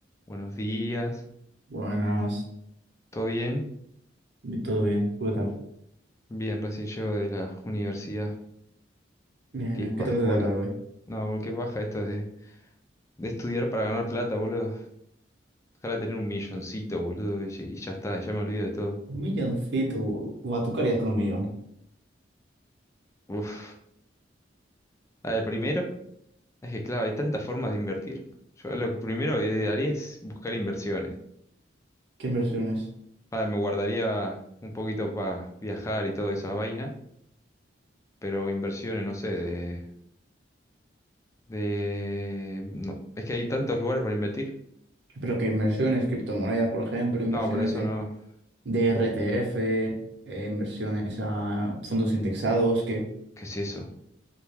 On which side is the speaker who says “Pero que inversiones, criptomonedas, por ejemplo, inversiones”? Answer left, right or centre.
Right